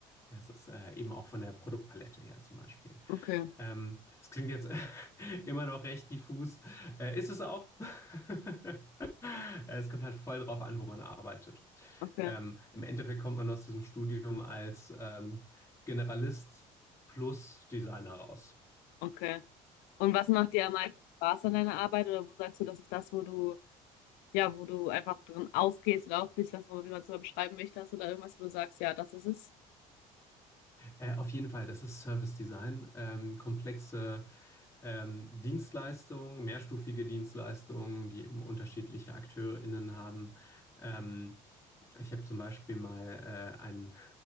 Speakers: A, on the left; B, on the left.
A: ja, es ist äh, eben auch von der Produktpalette her zum Beispiel.
B: Okay,
A: Ähm, es klingt jetzt <laughs> immer noch recht diffus. Äh, ist es auch. <laughs> Äh, Es kommt halt voll drauf an, wo man arbeitet.
B: okay,
A: Ähm, im Endeffekt kommt man aus diesem Studium als ähm, Generalist plus Designer raus.
B: okay. Und was macht dir am meisten Spaß an deiner Arbeit oder wo sagst du, das ist das, wo du Ja, wo du einfach drin aufgehst oder aufgehst, was auch immer man es mal beschreiben möchte, hast du da irgendwas, wo du sagst, ja, das ist es.
A: Äh, auf jeden Fall, das ist Service Design. Ähm, komplexe ähm, Dienstleistungen, mehrstufige Dienstleistungen, die eben unterschiedliche AkteurInnen haben. Ähm, Ich habe zum Beispiel mal äh, ein,